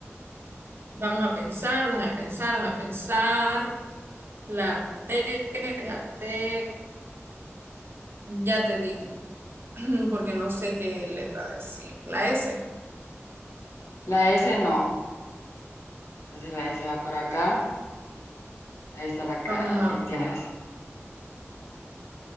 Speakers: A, on the right; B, on the left.
A: vamos a pensar, déjame pensar, déjame pensar. La T, la T, ya te digo, <clears throat> porque no sé qué letra decir. La S,
B: La S no. Entonces la S va por acá. Ahí está la K.
A: vamos a
B: Ahí
A: ver,
B: tienes.